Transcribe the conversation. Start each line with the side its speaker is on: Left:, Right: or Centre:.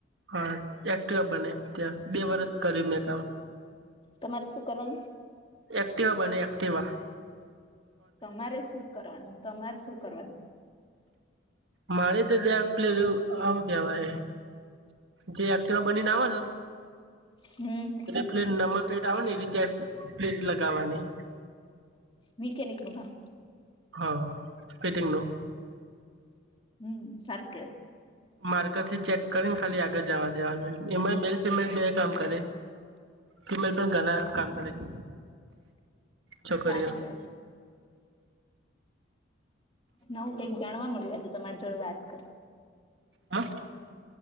Right: હા એક્ટિવ બને ત્યાં બે વર્ષ કર્યું મેં કામ
Left: તમારે શું કરવાનું
Right: એક્ટવા બને એક્ટવા
Left: તમારે શું કરવાનું તમારે શું કરવાનું
Right: મારે તો ત્યાંગ પ્લેર આવું કેવાય જે આખેવા બનીને આવે ને
Left: હમ
Right: પ્લેટ નંબર પ્લેટ આવે ને એ ચાર પ્લેટ લગાવવાની
Left: મ કે નક નું ભામ
Right: હા ફીટિંગ નું
Left: હમ સરારખ
Right: માર્કર થી ચેક કરીને ખાલી આગળ જવા દેવાનું એમાં મેલ ફિમેલ બે કામ કરે કે મારી પણ ઘણા કામ કરે છે છોકરીઓ
Left: સારું કે ના હું કઈક જાણવા મળ્યું આ તો તમારી જોડે વાત કરી
Right: હા